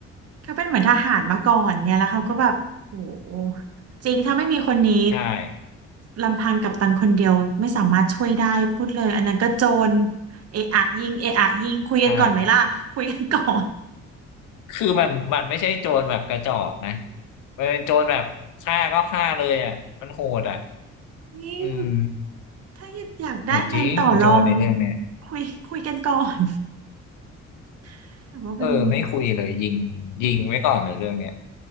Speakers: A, on the right (about 55°); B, on the left (about 80°).
A: เขาเป็นเหมือนทหารมาก่อนไงแล้วเขาก็แบบโอ้โหจริงถ้าไม่มีคนนี้
B: ใช่
A: ลำพังกัปตันคนเดียวไม่สามารถช่วยได้พูดเลยอันนั้นก็โจรเอะอะยิงเอะอะยิงคุยกันก่อนไหมล่ะคุยกันก่อน
B: ใช่คือมันมันไม่ใช่โจรแบบกระจอกนะ เป็นโจรแบบฆ่าก็ฆ่าเลยอ่ะมันโหดอ่ะ
A: จริง
B: อืม
A: ถ้าอยากได้งานต่อรอง
B: โหดจริงโจรในเรื่องเนี้ย
A: คุยคุยกันก่อน <laughs> แต่ว่าเป็น
B: เออไม่คุยเลยยิงยิงไว้ก่อนเลยเรื่องเนี้ย